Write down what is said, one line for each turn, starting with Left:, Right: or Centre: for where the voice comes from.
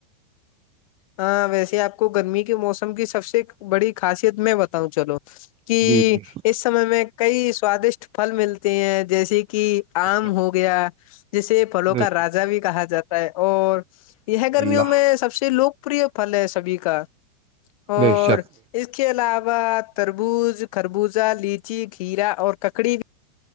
Left: ہاں ویسے آپ کو گرمی کے موسم کی سب سے بڑی خاصیت میں بتاؤں چلو کہ
Right: جی جی
Left: اس سمے میں کئی سوادشٹ پھل ملتے ہیں جیسے کہ
Right: بے
Left: آم
Right: شک
Left: ہو گیا جسے پلوں
Right: بے
Left: کا
Right: شک
Left: راجا بھی کہا جاتا ہے اور یہ گرمیوں
Right: للہ
Left: میں سب سے لوک پہ پھل ہے سبھی کا اور
Right: بے شک
Left: اس کے علاوہ تربوز خربوزہ لیچی گھیرا اور ککڑی بھی